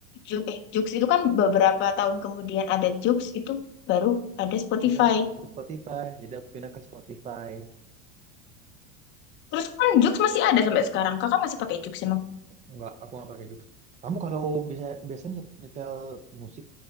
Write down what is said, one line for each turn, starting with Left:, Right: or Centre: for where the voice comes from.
Left: Jux, eh Jux itu kan beberapa tahun kemudian ada Jux itu baru ada Spotify
Right: Ya, baru Spotify. Jadi aku pindah ke Spotify.
Left: terus kan Jux masih ada sampai sekarang kakak masih pakai Jux emang
Right: Enggak, aku nggak pakai jokes. Kamu kalau bisa biasanya nyetel musik,